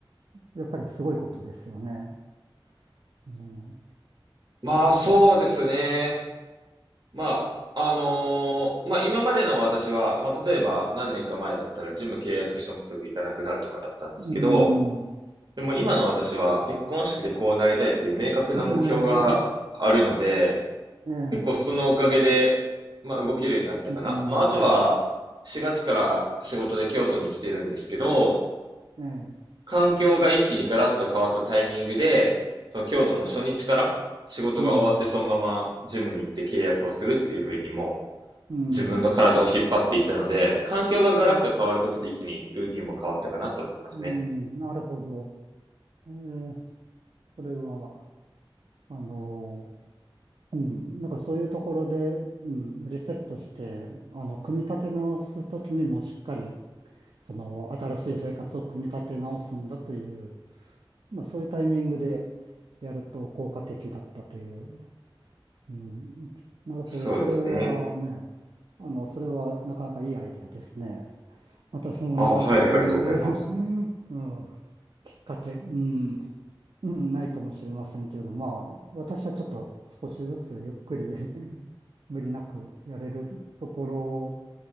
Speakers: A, on the right (about 70°); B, on the right (about 50°).
A: やっぱりすごいことですよね。ね
B: まあ、そうですね。
A: うん
B: まあ、あのーまあ、今までの私は、まあ、例えば何年か前だったらジム契約してもすぐ行かなくなるとかだったんですけど、
A: うん。
B: でも今の私は結婚式でこうなりたいっていう明確な目標があるので、
A: <laughs> ええ、
B: 結構そのおかげで、まあ、動けるようになったかな。
A: うん、
B: まあ、あとは、4月から仕事で京都に来てるんですけど、
A: ええ、
B: 環境が一気にガラッと変わったタイミングで、その京都の初日から仕事が終わってそのままジムに行って契約をするっていう風にも
A: うん、うん。
B: う自分の体を引っ張っていったので、環境がガラッと変わることで一気にルーティンも変わったかなと思いますね。
A: ああ、うん、なるほど。ええ、それは、あの、うん、なんかそういうところで、うん、リセットして、あの、組み立て直すときにもしっかり、その、新しい生活を組み立て直すんだという、まあそういうタイミングでやると効果的だったといううん、なるほど。
B: そうですね。
A: それはね、あの、それはなかなかいいアイデアですね。私もなかなかそういう
B: あ、はい、ありがとうございます。
A: <laughs> うん、きっかけ、うん、うん、ないかもしれませんけれど、まあ、私はちょっと少しずつゆっくり <laughs> 無理なくやれるところを